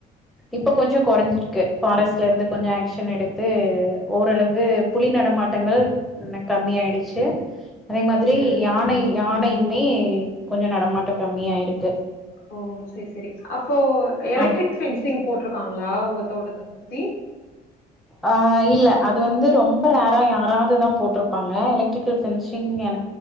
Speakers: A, in the centre; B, on the left (about 65°).
A: இப்ப கொஞ்சொ கொறஞ்சிருக்கு ஃபாரஸ்ட்ல இருந்து கொஞ்ச ஆக்ஷன் எடுத்து ஓரளவு புலி நடமாட்டங்கள் ன கம்மி ஆயிடுச்சு அதே மாதிரி
B: ம்
A: யானை யானையுமே கொஞ்ச நடமாட்ட கம்மியா இருக்கு
B: ஓ செரி செரி அப்போ எலக்ட்ரிக்
A: ஆ
B: பெஃபன்சிங் போட்டுருக்காங்களா உங்க தோட்டத்த சுத்தி
A: அஹ் இல்ல அது வந்து ரொம்ப ரேர்ரா யாராவதுதா போட்ருப்பாங்க எலக்ட்ரிக்கல் ஃபன்ஷிங்கென